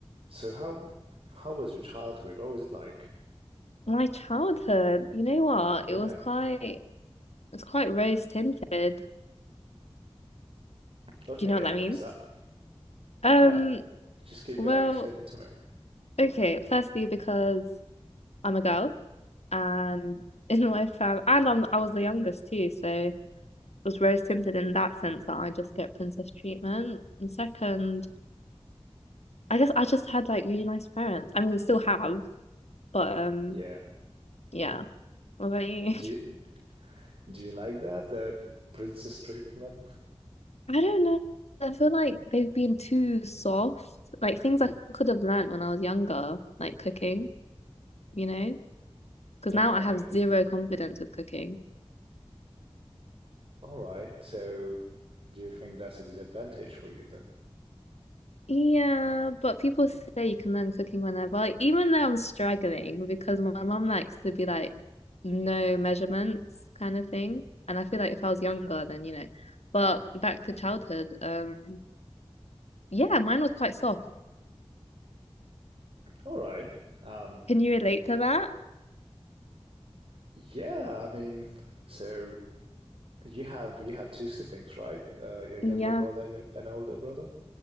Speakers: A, on the right; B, on the left.
A: So how how was your childhood? What was it like?
B: My childhood, you know what?
A: Yeah.
B: It was quite It's quite rose tinted.
A: Okay,
B: Do you know what
A: and
B: that means?
A: where's that?
B: Um,
A: No, just keep
B: well,
A: going. Explain it to me.
B: okay, firstly because I'm a girl and <laughs> in my family and I'm I was the youngest too, so it was rose tinted in that sense that I just get princess treatment. And second, I guess I just had like really nice parents. I mean, still have, but um
A: Yeah.
B: yeah. What about you?
A: Do you do you like that? That princess treatment?
B: I don't know. I feel like they've been too soft. Like things I could have learnt when I was younger, like cooking, you know? Because
A: Okay.
B: now I have zero
A: Did
B: confidence with cooking.
A: all right. So do you think that's a disadvantage for you then?
B: Yeah, but people say you can learn cooking whenever. like, Even though I'm struggling because my mum likes to be like no measurements kind of thing. And I feel like if I was younger then, you know. But back to childhood, um yeah, mine was quite soft.
A: All right. Um.
B: Can you relate to that?
A: Yeah. I mean, so you have you have two siblings, right? Uh, your younger
B: Yeah.
A: brother and your- an older brother.